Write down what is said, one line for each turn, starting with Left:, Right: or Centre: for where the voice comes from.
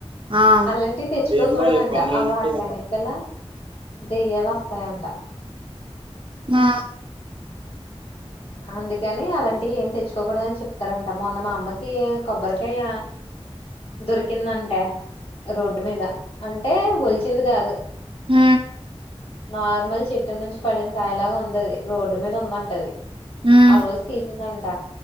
Right: ఆ
Left: అలాంటివి తెచ్చుకోకూడదంట
Right: అమ్మాది పనులు
Left: ఆ
Right: అయ్యినట్టే
Left: వాటిలెనకల దెయ్యాలు వస్తాయంట
Right: నా
Left: అందుకని అలాంటివి ఏం తెచ్చుకోకూడదని చెప్తారంట మొన్న మా అమ్మకి కి కొబ్బరికాయ దొరికిందట రోడ్డు మీద అంటే వలిచింది కాదు
Right: ఉ
Left: నార్మల్ చెట్టు నుంచి పడిన కాయలాగా ఉందది రోడ్డు మీద ఉందంటది
Right: ఉమ్
Left: ఆ రోజు తీసిందంట